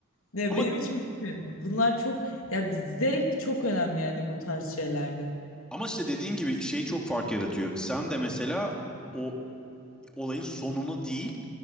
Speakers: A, on the left (about 80°); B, in the centre.
A: Ya
B: Ama
A: benim için bilmiyorum. Bunlar çok ya zevk çok önemli yani bu tarz şeylerde.
B: Ama işte dediğin gibi şey çok fark yaratıyor. Sen de mesela o olayın sonunu değil,